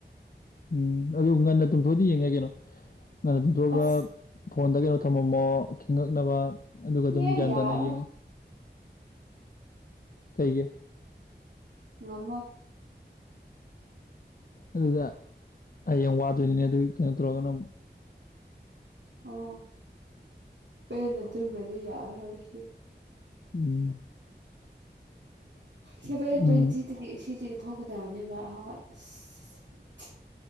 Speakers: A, on the left; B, on the right.
A: ꯎꯝ ꯑꯗꯨ ꯉꯟꯅ ꯇꯨꯝꯊꯣꯛꯑꯗꯤ ꯌꯦꯡ ꯌꯥꯏ ꯀꯩꯅꯣ ꯉꯟꯅ ꯇꯨꯝꯊꯣꯛꯑꯒ
B: ꯑꯁ
A: ꯐꯣꯟꯗ ꯀꯩꯅꯣ ꯊꯝꯃꯝꯃꯣ ꯈꯤꯡꯉꯛꯅꯕ ꯑꯗꯨꯒ ꯑꯗꯨꯝ
B: ꯏꯌꯥ
A: ꯒ꯭ꯌꯥꯟ
B: ꯌꯥꯔꯔꯣꯏ
A: ꯇꯥꯅ ꯌꯦꯡꯉꯤ ꯀꯩꯒꯤ
B: ꯉꯝꯃ‌ꯣꯏ
A: ꯑꯗꯨꯒ ꯍꯌꯦꯡ ꯋꯥꯗꯣꯏꯅꯤꯅꯦ ꯑꯗꯨꯒꯤ ꯀꯩꯅꯣ ꯇꯧꯔꯒꯅ ꯑꯃꯨꯛ
B: ꯑꯣ ꯄꯦꯟꯅ ꯇꯨꯝꯗ꯭ꯔꯗꯤ ꯌꯥꯔꯔ‌ꯣꯏ ꯉꯁꯤ
A: ꯎꯝ
B: ꯁꯚꯦꯟ
A: ꯎꯝ
B: ꯇ꯭ꯋꯦꯟꯇꯤ ꯗꯒꯤ ꯁꯤꯗꯤ ꯊꯣꯛꯒꯗꯥꯅꯦꯕ ꯍꯧꯒꯠ ꯁꯁ